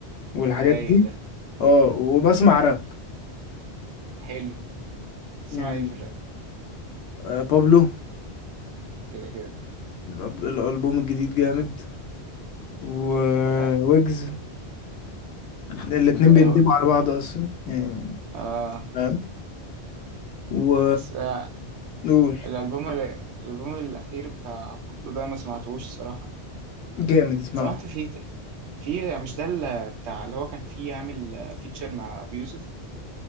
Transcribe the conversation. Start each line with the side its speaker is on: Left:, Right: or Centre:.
Left: والحاجات
Right: ده رايق
Left: دي
Right: ده
Left: اه وبسمع راب
Right: حلو تسمع
Left: يعني
Right: ايه في الراب
Left: آه، بابلو
Right: كده كده
Left: الأب- الالبوم الجديد جامد وويجز
Right: اه
Left: الاتنين
Right: اه
Left: بيندبوا على بعض اصلا يعني
Right: آه،
Left: فاهم و
Right: بس آه،
Left: قول
Right: الالبوم الالبوم الاخير بتاع بوبلو ده ما سمعتوش الصراحه
Left: جامد اسمعه
Right: سمعت فيه في مش ده اللي بتاع اللي هو كان فيه عامل فيتشر مع ابو يوسف